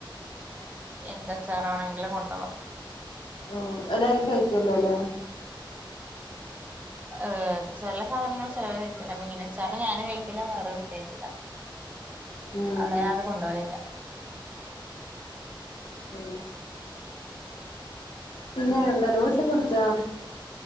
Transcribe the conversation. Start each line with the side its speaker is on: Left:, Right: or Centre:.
Right: എന്താ ച്ചാറാണെങ്കില് കൊണ്ടോവാ
Left: ഓഹ് എല്ലാരും കഴിക്കല്ലോല്ലേ
Right: ഏഹ് ചെല സാധനങ്ങള് ചെലവര് കഴിക്കില്ല മീനച്ചാറ് ഞാനും കഴിക്കില്ല വേറൊരു കുട്ടീം കഴിക്കില്ല
Left: ഉം
Right: അവ്ടെ ഞാനത് കൊണ്ടോവലില്ല
Left: മ്മ് പിന്നെ
Right: ഉം
Left: എന്താണ് വീട്ടിലേക്ക് വിളിച്ചോ